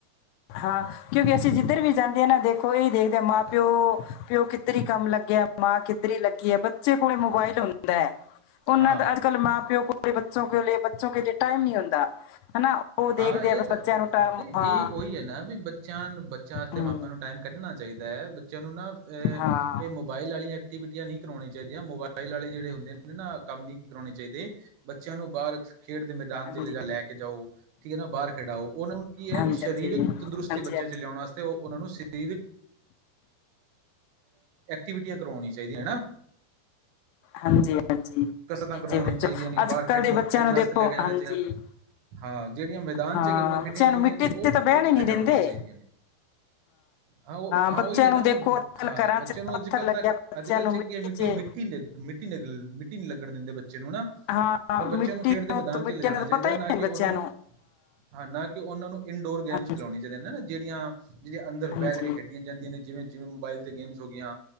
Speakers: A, on the left (about 85°); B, on the right (about 85°).
A: ਹਾਂ ਕਿਉਂਕਿ ਅਸੀਂ ਜਿੱਧਰ ਵੀ ਜਾਂਦੇ ਹਾਂ ਨਾ ਦੇਖੋ ਇਹੀ ਦੇਖਦੇ ਹਾਂ ਮਾਂ ਪਿਓ ਪਿਓ ਕਿੱਧਰ ਕੰਮ ਲੱਗਿਆ ਮਾਂ ਕਿੱਧਰੀ ਲੱਗੀ ਹੈ ਬੱਚੇ ਕੋਲ ਮੋਬਾਇਲ ਹੁੰਦਾ। ਉਹਨਾਂ
B: ਹਾਂ
A: ਦਾ ਅੱਜ-ਕੱਲ੍ਹ ਮਾਂ ਪਿਓ ਕੋ ਬੱਚੋ-ਬੱਚੋ ਲੀਏ ਟਾਈਮ ਨੀ ਹੁੰਦਾ ਹਨਾ। ਉਹ ਦੇਖਦੇ
B: ਹਾਂ ਇਹ
A: ਆ ਬਸ
B: ਤੇ
A: ਬੱਚਿਆਂ ਨੂੰ ਟਾਈਮ ਹਾਂ
B: ਇਹ ਉਹੀ ਹੈ ਨਾ ਵੀ ਬੱਚ ਬੱਚਿਆਂ ਵਾਸਤੇ
A: ਹਮ,
B: ਮਾਪਿਆਂ ਨੂੰ ਟਾਈਮ ਕੱਢਣਾ ਚਾਹੀਦਾ ਹੈ ਬੱਚਿਆਂ ਨੂੰ ਨਾ ਅ
A: ਹਾਂ
B: ਇਹ ਮੋਬਾਈਲ ਵਾਲੀਆਂ ਐਕਟੀਵਿਟੀਆਂ ਨਹੀਂ ਕਰਵਾਉਣੀਆਂ ਚਾਹੀਦੀਆਂ ਮੋਬਾਇਲ ਵਾਲੇ ਜਿਹੜੇ ਹੁੰਦੇ ਨੇ ਨਾ ਕੰਮ ਨਹੀਂ ਕਰਾਉਣੇ ਚਾਹੀਦੇ। ਬੱਚਿਆਂ ਨੂੰ ਬਾਹਰ ਖੇਡ ਦੇ ਮੈਦਾਨ
A: ਹਾਂਜੀ
B: 'ਚ ਜਾ ਲੈ ਕੇ ਜਾਓ। ਠੀਕ ਹੈ ਨਾ ਬਾਹਰ ਖਿਡਾਓ ਉਹਨਾਂ ਨੂੰ ਕੀ ਹੈ
A: ਹਾਂਜੀ
B: ਵੀ ਸਰੀਰਕ
A: ਹਾਂਜੀ
B: ਤੰਦਰੁਸਤੀ
A: ਹਾਂਜੀ
B: ਬੱਚਿਆਂ
A: ਹਾਂਜੀ
B: 'ਚ ਲਿਆਉਣ ਵਾਸਤੇ ਉਹਨਾਂ ਨੂੰ ਸ਼ਰੀਰ ਐਕਟੀਵਿਟੀਆਂ ਕਰਵਾਉਣੀਆਂ ਚਾਹੀਦੀਆਂ ਹੈਨਾ।
A: ਹਾਂਜੀ ਹਾਂਜੀ
B: ਕਸਰਤਾਂ
A: ਮਿੱਟੀ
B: ਕਰਵਾਉਣੀਆਂ
A: 'ਚ ਬੱਚੋ
B: ਚਾਹੀਦੀਆਂ ਨੇ
A: ਅੱਜ
B: ਬਾਹਰ
A: ਕੱਲ
B: ਖੇਡਣ-ਖੇਡਣ
A: ਦੇ ਬੱਚਿਆਂ ਨੂੰ ਦੇਖੋ
B: ਆਸਤੇ ਲੈ ਕੇ ਜਾਣਾ
A: ਹਾਂਜੀ
B: ਚਾਹੀਦਾ। ਹਾਂ ਜਿਹੜੀਆਂ ਮੈਦਾਨ
A: ਹਾਂ
B: 'ਚ ਗੇਮਾਂ
A: ਬੱਚਿਆਂ
B: ਖੇਡੀਆਂ ਜਾਂਦੀਆਂ
A: ਨੂੰ ਮਿੱਟੀ
B: ਨੇ
A: 'ਚ
B: ਉਹ-ਉਹ
A: ਤਾਂ ਬਹਿਣ ਹੀ
B: ਖਿਡਾਉਣੀਆਂ
A: ਨਹੀਂ ਦਿੰਦੇ
B: ਚਾਹੀਦੀਆਂ ਨੇ। ਹਾਂ ਉਹ ਹਾਂ
A: ਬੱਚਿਆਂ
B: ਉਹੀ ਹੈ
A: ਨੂੰ
B: ਨਾ
A: ਦੇਖੋ ਅੱਜ ਕੱਲ
B: ਹਾਂ
A: ਘਰਾਂ
B: ਬੱਚਿਆਂ
A: ਚ
B: ਨੂੰ
A: ਪੱਥਰ
B: ਅੱਜ-ਕੱਲ
A: ਲੱਗਿਆ
B: ਤਾਂ
A: ਬੱਚਿਆਂ
B: ਅੱਜ-ਕੱਲ੍ਹ
A: ਨੂੰ
B: 'ਚ ਕੀ
A: ਮਿੱਟੀ
B: ਹੈ ਮਿੱਟੀ-ਮਿੱਟੀ,
A: ਚ
B: ਮਿੱਟੀ-ਮਿੱਟੀ ਲੱਗਣ ਦਿੰਦੇ ਬੱਚੇ ਨੂੰ ਨਾ।
A: ਹਾਂ
B: ਪਰ ਬੱਚਿਆਂ
A: ਮਿੱਟੀ
B: ਨੂੰ ਖੇਡ ਦੇ ਮੈਦਾਨ
A: ਤਾਂ ਮਿੱਟੀਆਂ
B: 'ਚ ਲਿਜਾਣਾ
A: ਦਾ
B: ਚਾਹੀਦਾ
A: ਤਾਂ ਪਤਾ ਹੀ
B: ਨਾ
A: ਨਹੀਂ
B: ਕਿ
A: ਬੱਚਿਆਂ
B: ਉਹਨਾਂ ਨੂੰ ਹਾਂ ਨਾ ਕਿ ਉਹਨਾਂ ਨੂੰ ਇਨਡੋਰ ਗੇਮਸ
A: ਹਾਂਜੀ
B: ਖਿਲਾਉਣ ਇੰਝ ਕਹਿੰਦੇ ਜੇੜੀਆਂ-ਜੇੜੀਆ ਅੰਦਰ
A: ਹਾਂਜੀ
B: ਬੈਠ ਕੇ ਖੇਡੀਆਂ ਜਾਂਦੀਆਂ ਨੇ ਜਿਵੇਂ- ਜਿਵੇਂ ਮੋਬਾਈਲ ਤੇ ਗੇਮਜ਼ ਹੋ ਗੀਆਂ।